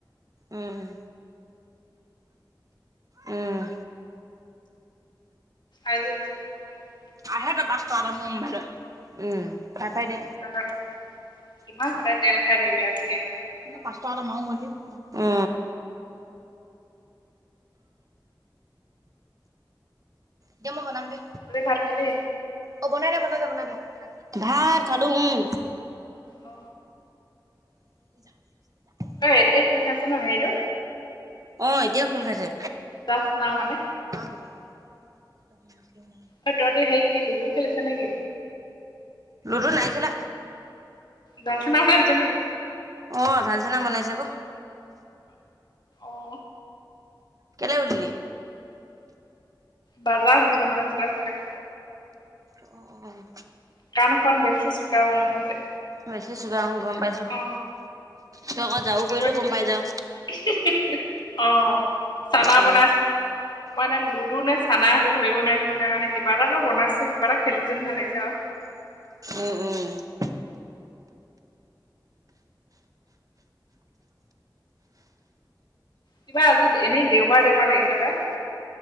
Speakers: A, on the right; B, on the left.
A: উম উম,
B: আজি বইল বনাই দিলো।
A: আহেটা বাচত মুম্বাইত <inaudible> উম পাই পাই দে
B: তাৰপিছত কিমান সদায় তেল খাই থাকিবি আজি এনেকুৱাকে বনাওঁ
A: উ পাঁচ
B: দেই বুলি
A: টকা এটা মাওং বুলি উ দে মই বনাম দে
B: খালি ভাত খালি
A: অ বনাই দে বনাই দে বনাই দে ভাত খালো উম।
B: অ
A: য। <inaudible>
B: অই এতিয়া খোল খাইছে ন হেৰিটো।
A: অ এতিয়া খুল খাইছে।
B: জাষ্ট নাও মানে।
A: যোগ দখ ত মুছি। <inaudible>
B: অই তহঁতি হেই কি লুডু খেলিছ নেকি?
A: লুডু নাই খেলা।
B: জাল চানা খাই আছ নেকি
A: অ ঝাল চানা বনাইছে ক।
B: অ,
A: কেলে হুদিলি
B: বাজা শুনিলো মানে চেতেপ চেৰেক
A: অঁ, অঁ,
B: কাণখন বেছি চোকা মানে মোৰ যে
A: বেছি চুগাৰ অ গম পাইছো
B: অ
A: তই আকৌ যাও কৰিলো
B: <inaudible>
A: গম পাই যাও
B: অ চানা
A: উম
B: বনাইছ মই এনে লুডু নে চানা সেইটো ধৰিব নোৱাৰিছিলো সেইকাৰণে কিবা এটাটো বনাইছে কিবা এটা খেলিছে নি লিছে আউ
A: উ উ
B: কিবা আজিত এনেই দেওবাৰ দেওবাৰ লাগিছে পাই